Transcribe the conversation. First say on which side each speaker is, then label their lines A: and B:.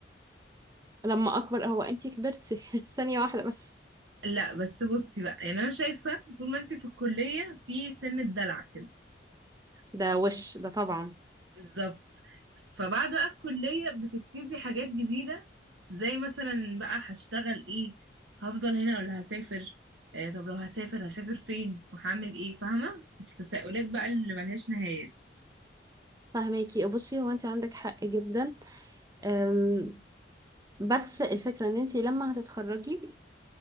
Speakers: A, on the right; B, on the right.
A: لما اكبر هو انت كبرتي <laughs> ثانيه واحده بس
B: لا بس بصي بقى يعني انا شايفه طول ما انتي في الكليه في سن الدلع كده
A: ده وش ده طبعا
B: بالظبط فبعد بقى الكلية بتبتدي حاجات جديدة زي مثلا بقى هشتغل ايه هفضل هنا ولا هسافر آه طب لو هسافر هسافر فين وهعمل ايه فاهمة التساؤلات بقى اللي ملهاش نهاية دي
A: فهماكي بصي هو انت عندك حق جدا أم، بس الفكره ان انت لما هتتخرجي